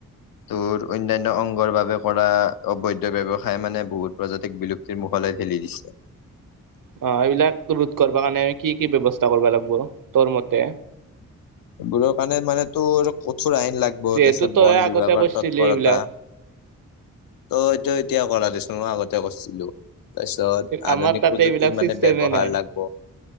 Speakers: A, on the left; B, on the right.
A: তোৰ অন্যান্য অংগৰ বাবে কৰা অবৈধ ব্যৱসায় মানে বহুত প্ৰজাতিক বিলুপ তিৰ মুখলৈ থেলি দিছে।
B: অ', এইবিলাক ৰোধ কৰিব কাৰণে আমি কি কি ব্যৱস্থা কৰিব লাগিব? তোৰ মতে।
A: এইবোৰৰ কাৰণে মানেতো কঠোৰ আইন লাগিব,
B: যিহেতু
A: তাৰপিছত
B: তই
A: বন
B: আগতে
A: বিভাগৰ
B: কৰিছিলি
A: তৎপৰতা।
B: এইবিলাক
A: ত' এইটো এতিয়া কৰা দিছোন মই আগতে কৰিছিলো। তাৰপিছত
B: আমাৰ
A: আধুনিক
B: তাতে
A: প্ৰযুক্তিৰ
B: এইবিলাক
A: মানে
B: চিষ্টেমে
A: ব্যৱহাৰ
B: নাই
A: লাগব।